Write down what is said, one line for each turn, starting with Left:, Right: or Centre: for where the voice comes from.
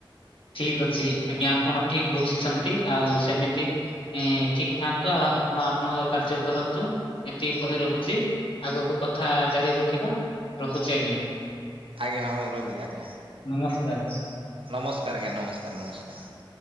Left: ଠିକ୍ ଅଛି ଆଜ୍ଞା ଆପଣ ଠିକ୍ ବୁଝିଛନ୍ତି ଆଉ ସେମିତି ଠିକ୍ ଥାଆନ୍ତୁ ଆଉ ଆପଣ ଆପଣଙ୍କ କାର୍ଯ୍ୟ କରନ୍ତୁ ଏତିକି କହି ରଖୁଛି ଆଗକୁ କଥା ଜାରି ରଖିବା। ରହୁଛି ଆଜ୍ଞ।
Right: ଆଜ୍ଞା ହଁ ହଉ ରହିଲି ଆଜ୍ଞା
Left: ନମସ୍କାର।
Right: ନମସ୍କାର ଆଜ୍ଞା ନମସ୍କାର ନମସ୍କାର।